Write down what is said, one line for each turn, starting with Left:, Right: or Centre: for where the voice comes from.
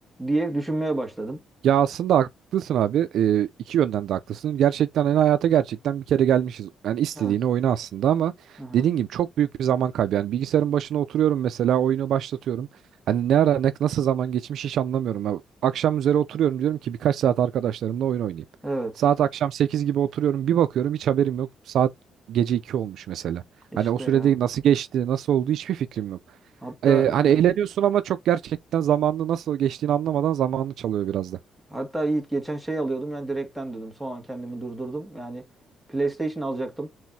Centre: diye düşünmeye başladım.
Right: Ya aslında haklısın abi. Ee, iki yönden de haklısın. Gerçekten hani hayata gerçekten bir kere gelmişiz. Yani istediğini
Centre: Evet.
Right: oyna aslında ama
Centre: Hı hı.
Right: dediğin gibi çok büyük bir zaman kaybı. Yani bilgisayarın başına oturuyorum mesela oyunu başlatıyorum. Hani ne ara ne, nasıl zaman geçmiş hiç anlamıyorum. Ya akşam üzere oturuyorum diyorum ki birkaç saat arkadaşlarımla oyun oynayayım.
Centre: Evet.
Right: Saat akşam 8 gibi oturuyorum bir bakıyorum hiç haberim yok. Saat gece 2 olmuş mesela.
Centre: İşte
Right: Hani o sürede
Centre: ya.
Right: nasıl geçti nasıl oldu hiçbir fikrim yok.
Centre: Hatta
Right: Ee,
Centre: e,
Right: hani eğleniyorsun ama çok gerçekten zamanını nasıl geçtiğini anlamadan zamanını çalıyor biraz da.
Centre: Hatta Yiğit geçen şey alıyordum yani direkten dedim. Sonra kendimi durdurdum. Yani PlayStation alacaktım.